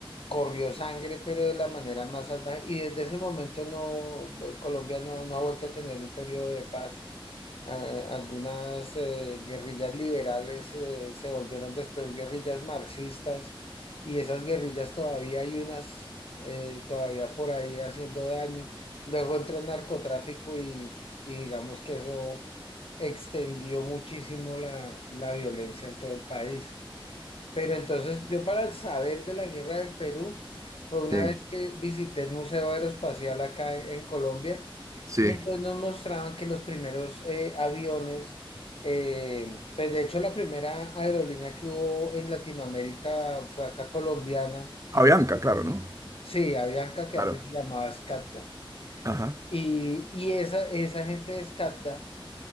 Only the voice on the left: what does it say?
corrió sangre, pero de la manera más salvaje. Y desde ese momento no, Colombia no, no ha vuelto a tener un periodo de paz a- algunas eh, guerrillas liberales eh, se volvieron después guerrillas marxistas y esas guerrillas todavía hay unas eh, todavía por ahí haciendo daño. Luego entró el narcotráfico y, y digamos que eso extendió muchísimo la, la violencia en todo el país. Pero entonces yo para saber de la guerra del Perú fue una
vez que visité el Museo Aeroespacial acá en en Colombia
y entonces nos mostraban que los primeros eh, aviones, eh, pues de hecho la primera aerolínea que hubo en Latinoamérica fue acá colombiana, una-
sí, Avianca que
antes se llamaba Scatta.
Y, y esa, esa gente de Scatta